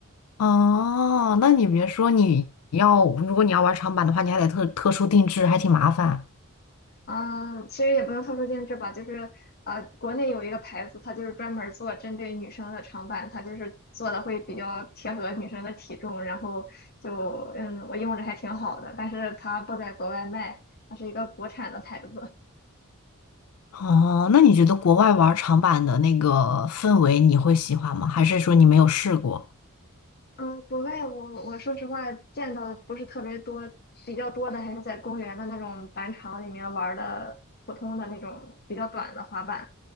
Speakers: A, on the left; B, on the left.
A: 哦，那你别说，你要如果你要玩长板的话，你还得特特殊定制，还挺麻烦。
B: 嗯，其实也不用特殊定制吧，就是呃，国内有一个牌子，它就是专门儿做针对女生的长板，它就是做的会比较贴合女生的体重，然后就嗯，我用着还挺好的，但是它不在国外卖，它是一个国产的牌子。
A: 哦，那你觉得国外玩长板的那个氛围你会喜欢吗？还是说你没有试过？
B: 嗯，国外我我说实话见到的不是特别多，比较多的还是在公园的那种板场里面玩儿的普通的那种比较短的滑板。